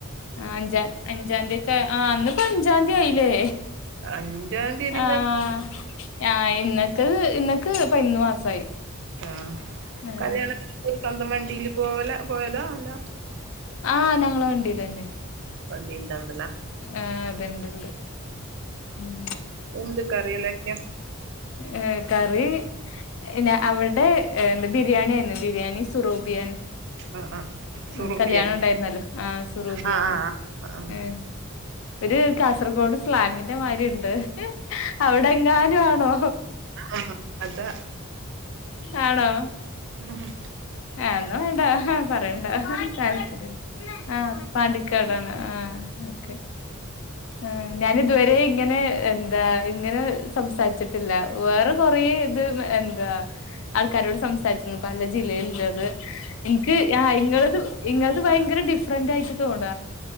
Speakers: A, on the left; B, on the right.
A: ആഹ് അഞ്ച അഞ്ചാത്തീത്തെ ആഹ് അന്ന് അഞ്ചാന്തിയായില്ലേ
B: അഞ്ചാം തീയതിന്ന്
A: ആഹ് ആഹ് ഇന്നക്ക് ഇന്നക്ക് പതിനൊന്ന് മാസമായി
B: ആഹ്
A: <unintelligible>
B: കല്യാണം സ്വന്തം വണ്ടിൽ പോല പോയത അല്ല
A: ആഹ് ഞങ്ങള് വണ്ടില എന്തേ
B: വണ്ടിയുണ്ടോത്
A: ആഹ് അതിണ്ട്ണ്ട് മം
B: ഊന്ത് ക്കറിയിലേക്ക
A: ഏ കറി ഞാ അവിടെ ഏ എന്ത് ബിരിയാണിയായിരുന്നു ബിരിയാണിം സുറൂബിയാന്
B: ആഹ് ആഹ് സുറുബിയൻ
A: ഉം കല്യാണം ഉണ്ടായിരുന്നല്ലോ ആഹ് സുറൂബിയാന്ന്
B: ആഹ് ആഹ് ആഹ്
A: ഏ ഒരു കാസർഗോഡ് സ്ലാങ്ങിന്റെ മാരി ഉണ്ട് അവിടെ എങ്ങാനും ആണോ
B: ആഹ് അതാ.
A: ആണോ.
B: ഹ ഹാ.
A: ഏഹ് ന്ന വേണ്ട പറയണ്ട താല്പര്യം. ആഹ് പാണ്ടിക്കാടാണ് ആഹ് ഒ ക്കെ. ആഹ് ഞാനിതുവരെ ഇങ്ങനെ എന്താ ഇങ്ങനെ സംസാരിച്ചിട്ടില്ല വേറെ കൊറേ ഇത് എന്താ ആൾക്കാരോട് സംസാരിച്ചിരുന്നു പതിനഞ്ച് ജില്ലയിൽ ള്ള് എനിക്ക് ആഹ് ഇങ്ങളത് ഇങ്ങളത് ഭയങ്കര ഡിഫറന്റയിട്ട് തോണ